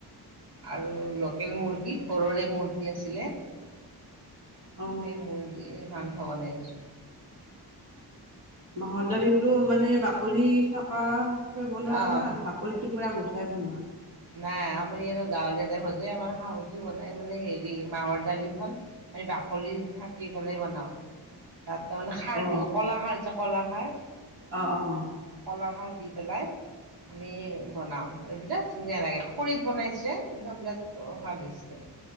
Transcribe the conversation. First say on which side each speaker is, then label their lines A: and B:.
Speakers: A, on the right; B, on the right.
A: আৰু লোকেল মুৰ্গী ঘৰৰে মুৰ্গী আছিলে
B: অ
A: সেই মুৰ্গী মাংস বনাইছো
B: মাহৰ দালি মানে বাকলি থকে বনোৱা
A: অ',
B: না বাকলি পুৰা গুচাই বনোৱা।
A: নাই আমি আৰু গাঁৱলীয়া টাইপজায় আমাৰ শাহুটো বনাই মানে হেৰি মাহৰ দালিখন। বাকলি থাকি পেলাই বনাওঁ তাত তাৰমানে খাৰ
B: অ
A: দিওঁ কলা খাৰ যে কলা খাৰ।
B: অ ' অ '
A: কলা খাৰ দি পেলাই আমি বনাওঁ আৰু ভিতৰত। ধুনীয়া লাগে খৰিত বনাইছে একদম বিৰাট সাদ হৈছে।